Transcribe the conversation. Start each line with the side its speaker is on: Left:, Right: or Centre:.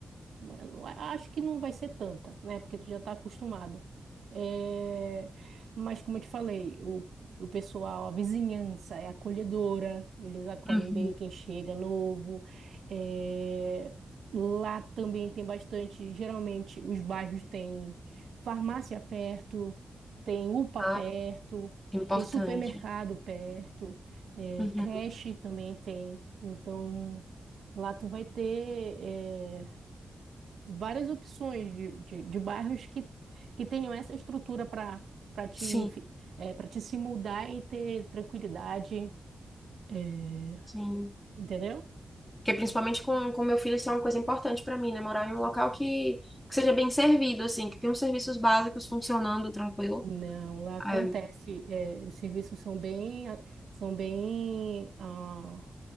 Right: Eu Acho que não vai ser tanta, né? Porque tu já tá acostumada. É, Mas como eu te falei, o, o pessoal, a vizinhança é acolhedora, eles acolhem
Left: uhum.
Right: bem quem chega novo. É, Lá também tem bastante, geralmente os bairros têm farmácia perto, tem UPA
Left: Ah,
Right: perto,
Left: importante.
Right: tem supermercado perto, é,
Left: Uhum.
Right: creche também tem. Então, lá tu vai ter. é, várias opções de, de, de bairros que, que tenham essa estrutura para para te,
Left: Sim,
Right: é, para te se mudar e ter tranquilidade, é,
Left: sim.
Right: entendeu?
Left: Porque principalmente com, com meu filho, isso é uma coisa importante para mim, né? Morar em um local que, que seja bem servido, assim, que tenha os serviços básicos funcionando tranquilo.
Right: Não, lá acontece,
Left: Ai,
Right: é, os serviços são bem, ah, são bem ah,